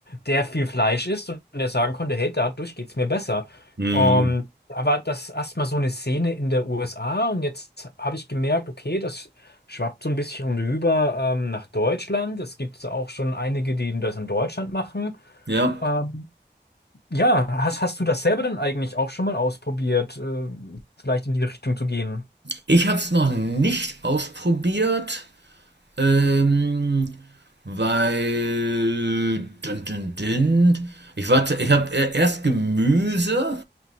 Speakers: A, on the left (about 60°); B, on the right (about 70°).
A: der viel Fleisch isst und der sagen konnte, hey, dadurch geht's mir besser.
B: Hm,
A: Ähm, da war das erstmal so eine Szene in der USA und jetzt habe ich gemerkt, okay, das schwappt so ein bisschen rüber ähm, nach Deutschland. Es gibt auch schon einige, die das in Deutschland machen.
B: ja.
A: Ähm, ja, hast, hast du das selber denn eigentlich auch schon mal ausprobiert, äh, vielleicht in die Richtung zu gehen?
B: Ich habe es noch nicht ausprobiert, ähm, weil dun, dun, dun, ich warte, ich habe erst Gemüse,